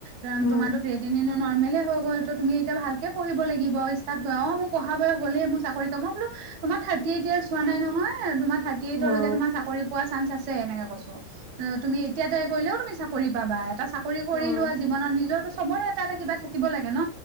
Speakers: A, on the right (about 60°); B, on the left (about 25°).
A: ৰাম
B: উম
A: তোমাৰটো কেইদিনেনো নৰ্মেলে হৈ গ'ল। তো তুমি এতিয়া ভালকে পঢ়িব লাগিব গাঁৱত মোৰ পঢ়াৰ বয়স গলেই, মোৰ চাকৰিটো- মই বোলো তোমাৰ থাৰ্টি এইট ইয়াৰছ হোৱা নাই নহয়। তোমাৰ এইট'লৈকে
B: অ
A: তোমাৰ চাকৰি পোৱাৰ চান্স আছে। তে এনেকে কৈছোঁ। উম, তুমি এতিয়া ট্ৰাই কৰিলেও তুমি চাকৰি পাবা। এটা চাকৰি কৰি
B: উম
A: লোৱা জীৱনত। নিজৰতো সময় এটা - এটা কিবা থাকিব লা গে ন'?